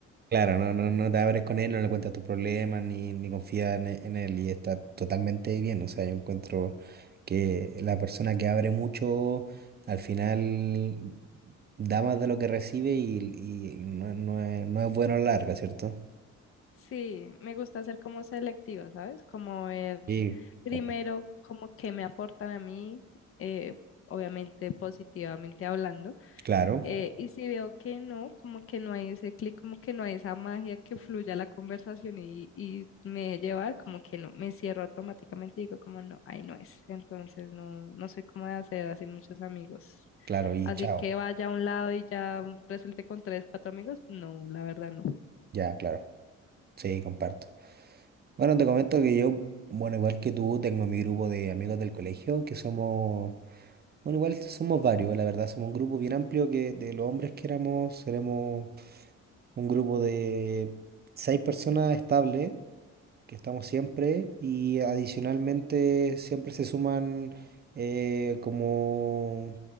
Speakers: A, on the right; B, on the left.
A: Claro, no, no, no te abres con él, no le cuentas tus problemas, ni, ni confías en, e- en él, y está totalmente bien. O sea, yo encuentro que la persona que abre mucho, al final da más de lo que recibe y, y no, no es, no es bueno a la larga, ¿cierto?
B: Sí, me gusta ser como selectiva, ¿sabes? Como ver
A: Sí,
B: primero
A: compa.
B: como qué me aportan a mí, eh, obviamente positivamente hablando.
A: Claro,
B: Eh, y si veo que no, como que no hay ese clic, como que no hay esa magia que fluya la conversación y, y me deje llevar, como que no, me cierro automáticamente y digo como no, ahí no es. Entonces no, no soy como de hacer así muchos amigos.
A: claro, y
B: Así
A: chao.
B: que vaya a un lado y ya resulte con tres, cuatro amigos, no, la verdad no.
A: Ya, claro. Sí, comparto. Bueno, te comento que yo, bueno, igual que tú, tengo mi grupo de amigos del colegio, que somos Bueno, igual somos varios, la verdad, somos un grupo bien amplio que de los hombres que éramos, seremos un grupo de seis personas estables, que estamos siempre, y adicionalmente siempre se suman eh, como